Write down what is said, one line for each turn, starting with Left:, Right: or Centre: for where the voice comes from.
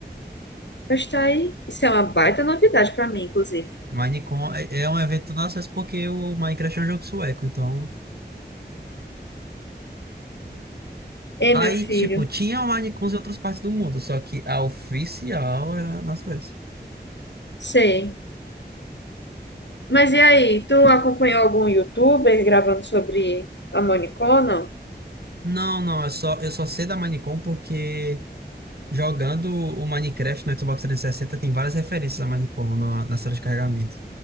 Left: Mas tá aí. Isso é uma baita novidade pra mim, inclusive.
Right: Minecon é é um evento nosso, mas porque o Minecraft é um jogo sueco, então.
Left: Ei,
Right: Aí,
Left: meu filho,
Right: tipo, tinha o Minecons em outras partes do mundo, só que a oficial era na Suécia.
Left: sei. Mas e aí, tu acompanhou algum youtuber gravando sobre a Monicô, não?
Right: Não, não, é só, eu só sei da Minecon porque Jogando o Minecraft no Xbox 360 tem várias referências a Minecraft na, na sala de carregamento.